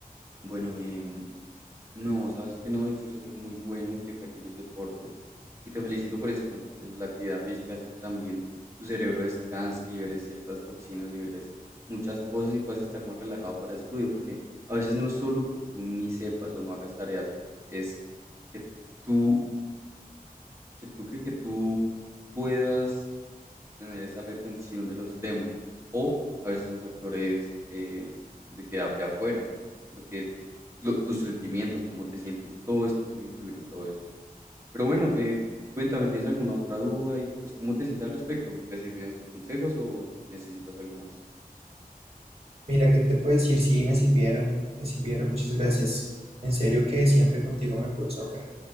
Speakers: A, on the right (about 20°); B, on the right (about 40°).
A: bueno, em, No, sabes que no, de hecho eso es algo muy bueno que practiques deportes y te felicito por esto. es La actividad física hace que también tu cerebro descanse, liberes ciertas toxinas, liberes muchas cosas y puedas estar más relajado para estudio, porque a veces no es solo que tú ni sepas o no hagas tareas, es que tú, que tú, que, que tú puedas tener esa retención de los temas. O a veces son factores eh, de que de afuera, lo que lo, tus sentimientos, cómo te sientes, todo esto puede influir en todo esto. Pero bueno, eh, cuéntame, ¿tienes alguna otra duda y pues cómo te sientes al respecto? ¿Te sirvieron tus consejos o necesitas algo más?
B: Mira, ¿qué te puedo decir? Sí, me sirvieron, me sirvieron, muchas gracias. En serio que siempre contigo me puedes ahogar.